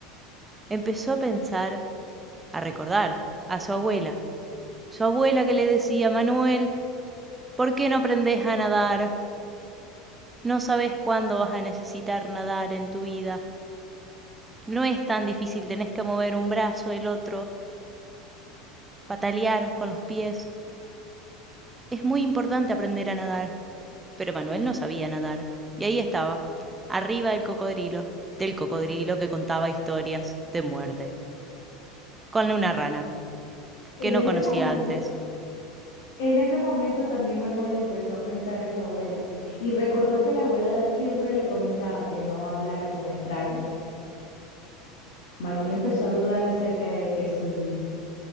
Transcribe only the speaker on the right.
Empezó a pensar, a recordar, a su abuela. Su abuela que le decía, Manuel, ¿por qué no aprendes a nadar? No sabes cuándo vas a necesitar nadar en tu vida. No es tan difícil, tenés que mover un brazo, el otro, patalear con los pies. Es muy importante aprender a nadar. Pero Manuel no sabía nadar. Y ahí estaba, arriba del cocodrilo, del cocodrilo que contaba historias de muerte, con una rana
que no
conocía
antes